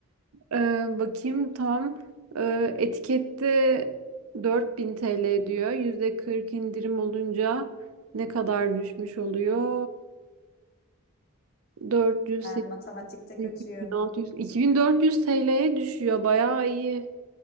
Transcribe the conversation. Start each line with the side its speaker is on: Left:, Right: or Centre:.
Right: Ee, bakayım tam ee, etikette 4000 TL diyor. %40 indirim olunca ne kadar düşmüş oluyor? 400,
Left: Ben
Right: 800,
Left: matematikte kötüyüm.
Right: 1600, 2400 TL'ye düşüyor. Bayağı iyi.